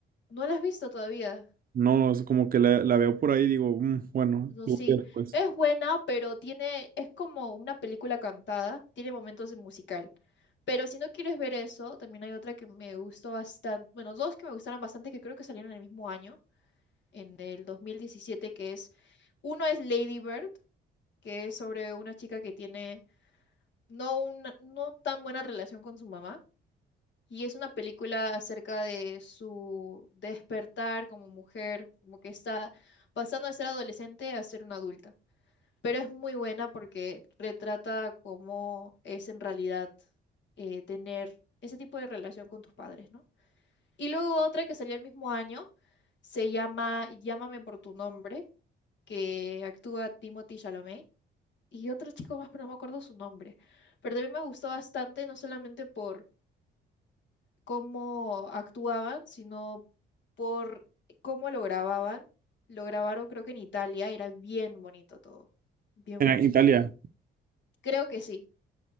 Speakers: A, on the left; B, on the right.
A: ¿No la has visto todavía?
B: No, es como que la, la veo por ahí y digo, "Mm, bueno,
A: No,
B: igual
A: sí,
B: y después.
A: es buena, pero tiene, es como una película cantada, tiene momentos de musical. Pero si no quieres ver eso, también hay otra que me gustó bastante, bueno, dos que me gustaron bastante que creo que salieron en el mismo año, en el 2017 que es, uno es Lady Bird, que es sobre una chica que tiene no una, no tan buena relación con su mamá, y es una película acerca de su despertar como mujer, como que está pasando de ser adolescente a ser una adulta. Pero es muy buena porque retrata cómo es en realidad eh, tener ese tipo de relación con tus padres, ¿no? Y luego otra que salió el mismo año se llama Llámame por tu nombre, que actúa Timothy Chalamet y otro chico más, pero no me acuerdo su nombre. Pero también me gustó bastante, no solamente por cómo actuaban, sino por cómo lo grababan. Lo grabaron creo que en Italia, era bien bonito todo, bien
B: En
A: bonito.
B: Italia.
A: Creo que sí.